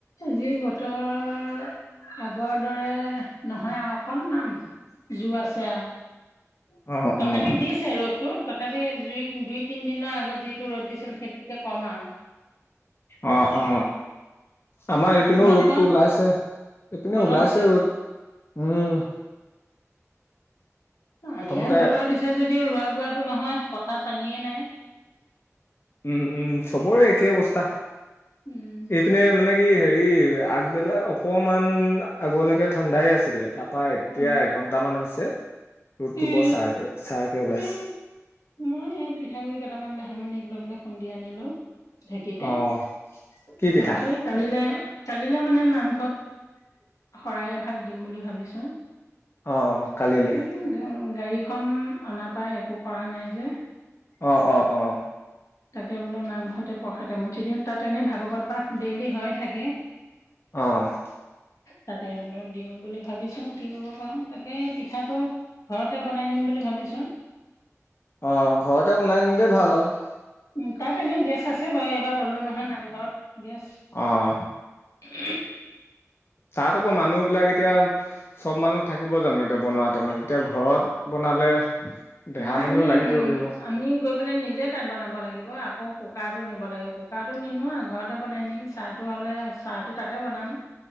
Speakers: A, on the left; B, on the left.
A: যি বতৰ আগৰ দৰে নহয় আউ অকন মান জোৰ আছে আৰু
B: অঁ
A: তথাপি
B: অঁ
A: দিছে ৰ'দ তো তথাপি জুই দুই তিনিদিনৰ আগত যিটো ৰ'দ দিছিল সেইটোতকে কম আৰু
B: অ অ আমাৰ এইপিনেও
A: তোমালোকৰ
B: ৰ'দটো ওলাইছে এইপিনে
A: বতৰ
B: ওলাইছে
A: দিছিল
B: ৰ'দ উম প্ৰথমতে
A: ইয়াত বতৰ দিছে যদিও ৰোৱা বোৱাটো নহয় পথাৰত পানীয়ে নাই
B: উম উম চবৰে একেই অৱস্থা
A: উম
B: এইপিনে মানে কি, হেৰি আগবেলা অকমান আগলৈকে ঠাণ্ডাই আছিলে। তাৰপৰা এতিয়া
A: অ
B: এঘণ্টামান হৈছে। ৰ'দটো
A: উম
B: বৰ চাকে- ছায়াকে ওলাইছে।
A: উম মই এই পিঠাগুৰি কেইটামান দেহামণিক লৈ পেলাই খুন্দি আনিলোঁ। ঢেঁকীতে।
B: অ'
A: তাৰপিছত
B: কি পিঠা
A: কালিলে কালিলে মানে নামঘৰত শৰাই এভাগ দিম বুলি ভাবিছো
B: অ অ কালিলৈ
A: এই গাড়ীখন অনাপাই একো কৰা নাই যে
B: অ অ অ
A: তাকে বোলো নামঘৰতে প্ৰসাদ এমুঠি দিওঁ। তাত এনে ভাগৱত পাঠ ডেইলি হৈ থাকে। <inaudible>
B: অ'।
A: তাতে বোলো দিম বুলি ভাবিছোঁ, কি কৰিব পাৰোঁ। তাকে পিঠাটো ঘৰতে বনাই নিম বুলি ভাবিছোঁ।
B: অ' ঘৰতে বনাই নিলেই ভাল আও।
A: উম, তাত এনেই গেছ আছে বাৰু। এইবাৰ ললো নহয় নামঘৰত গেছ।
B: অ'।
A: উ
B: তাত আকৌ মানুহবিলাক এতিয়া চব মানুহ থাকিব জানো এতিয়া বনোৱা টাইমত? এতিয়া ঘৰত বনালে, দেহামণিও
A: নাই আমি
B: লাগি
A: উম
B: দিব পাৰিব।
A: আমি গৈ পেলাই নিজে তাত বনাব লাগিব। আকৌ কুকাৰতো নিব লাগিব। কুকাৰটো নিনো আও। ঘৰতে বনাই নিম। চাহটো হ'লে, চাহটো তাতে বনাম।